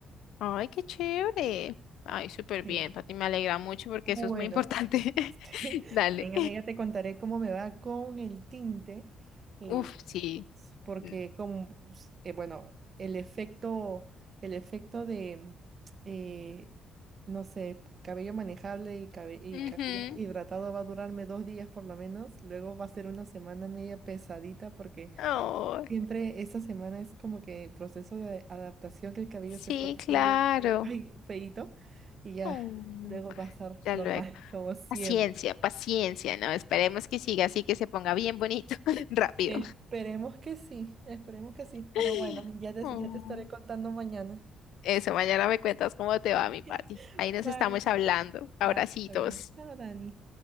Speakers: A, on the left; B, on the right.
A: Ay, qué chévere. Ay, súper
B: Sí.
A: bien, Pati, me alegra mucho porque
B: Bueno,
A: eso es muy importante. <laughs>
B: <laughs>
A: Dale.
B: Mañana ya te contaré cómo me va con el tinte, eh,
A: Uf, sí.
B: porque
A: Mm,
B: como, eh, bueno, el efecto, el efecto de, eh, no sé, cabello manejable y, cabe- y
A: ujú.
B: cabello hidratado va a durarme dos días por lo menos, luego va a ser una semana media pesadita porque
A: Oh,
B: siempre esta semana es como que proceso de adaptación que el cabello
A: sí,
B: se pone
A: claro.
B: medio, ay, feíto y ya,
A: Mm,
B: luego va a estar
A: ya
B: normal
A: luego.
B: como siempre.
A: Paciencia, paciencia, ¿no? Esperemos que siga así, que se ponga bien bonito, <laughs> rápido.
B: Esperemos que sí, esperemos que sí, pero
A: <laughs>
B: bueno, ya te,
A: Oh.
B: ya te <laughs> estaré contando mañana.
A: Eso, mañana me cuentas cómo te
B: <laughs>
A: va, mi Pati. Ahí nos
B: Vale,
A: estamos hablando. Abracitos.
B: vale, está bien. Chao, Dani.